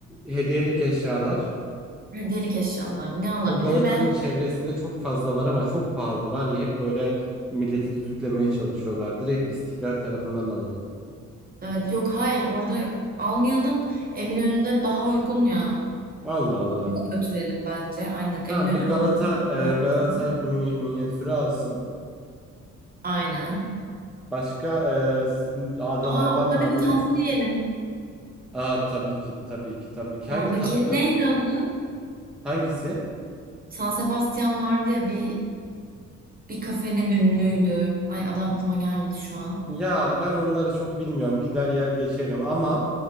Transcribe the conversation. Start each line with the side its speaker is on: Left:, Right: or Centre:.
Centre: Hediyelik eşyalar.
Right: hediyelik eşyalar ne alabilir
Centre: Bu Galata'nın
Right: ve
Centre: çevresinde çok fazla var ama çok pahalı var ya hep böyle milleti düdüklemeye çalışıyorlar. Direkt İstiklal tarafından alalım.
Right: evet yok hayır orada almayalım. Eminönü'nde daha uygun ya.
Centre: Allah Allah.
Right: Oraya götürelim bence. Aynen.
Centre: Tamam
Right: Eminönü.
Centre: bir Galata
Right: <laughs>
Centre: e, Galata mi- minyatürü alsın.
Right: Aynen.
Centre: Başka e, s- adalardan
Right: Aa orada
Centre: magnet.
Right: bir de tatlı yiyelim.
Centre: Aa tabii ki tabii ki tabii ki.
Right: Oradaki
Centre: Hangi tatlı?
Right: neydi adı?
Centre: Hangisi?
Right: San Sebastian vardı ya bir bir kafenin ünlüydü. Ay adı aklıma gelmedi şu an.
Centre: Ya ben onları çok bilmiyorum. Gider yer geçerim ama